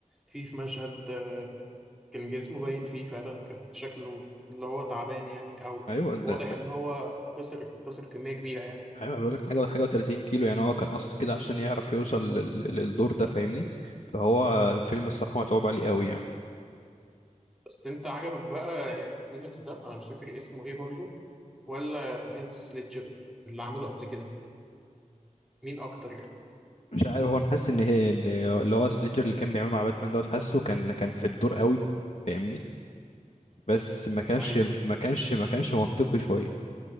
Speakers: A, in the centre; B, on the left.
A: في في مشهد آه، كان جسمه باين فيه فعلا كان شكله اللي هو تعبان يعني او
B: ايوه ده,
A: واضح
B: ده
A: ان هو خسر خسر كمية كبيرة يعني
B: ايوه بقول لك حاجه حاجه و30 كيلو يعني هو كان قصد كده عشان يعرف يوصل لل- للدور ده فاهمني فهو الفيلم الصراحه متعوب عليه قوي يعني
A: بس انت عجبك بقى فينيكس ده انا مش فاكر اسمه ايه برضه ولا هانس ليدجر اللي عمله قبل كده مين اكتر يعني
B: مش عارف هو أنا حاسس ان هي اللي هو سليجر اللي كان بيعمل مع باتمان دوت حاسه كان كان في الدور قوي فاهمني بس ما كانش
A: ايوه
B: ما كانش ما كانش منطقي شويه